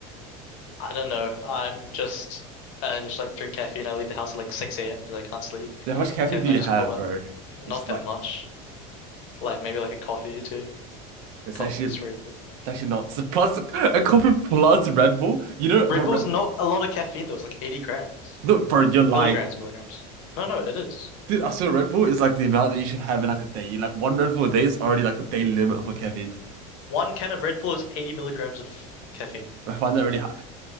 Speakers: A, on the left; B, on the right.
A: I don't know. I'm just, I just like drink caffeine. I leave the house at like 6 a.m. because I can't sleep.
B: Dude, How much caffeine
A: And then
B: do
A: I
B: you
A: just
B: have,
A: pull up.
B: bro?
A: Not
B: It's
A: that
B: like
A: much. Like maybe like a coffee or two.
B: it's
A: Coffee
B: actually
A: plus Red Bull.
B: It's actually not. So plus a coffee plus Red Bull. You know,
A: Red
B: for
A: Bull's
B: Red...
A: not a lot of caffeine though. It's like 80 grams.
B: no, bro, you're lying.
A: Milligrams, milligrams. No, no, it is.
B: Dude, I swear Red Bull is like the amount that you should have in like a day. Like one Red Bull a day is already like the daily limit for caffeine.
A: One can of Red Bull is 80 milligrams of caffeine.
B: I find that really hard.